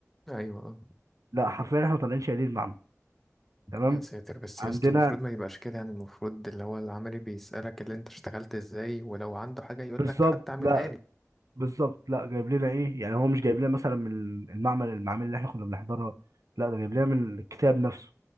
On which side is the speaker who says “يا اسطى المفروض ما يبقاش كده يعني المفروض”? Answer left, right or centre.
Centre